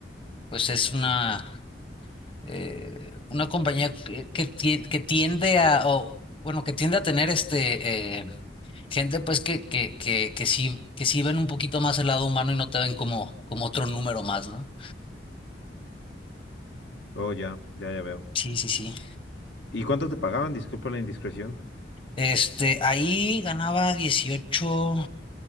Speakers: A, on the left (about 30°); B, on the left (about 75°).
A: pues es una, eh, una compañía que, que tien- que tiende a, o, bueno, que tiende a tener este, eh, gente pues que, que, que, que sí, que sí ven un poquito más el lado humano y no te ven como, como otro número más, ¿no?
B: Oh, ya, ya, ya veo.
A: Sí, sí, sí.
B: ¿Y cuánto te pagaban? Disculpa la indiscreción.
A: Este, ahí ganaba 18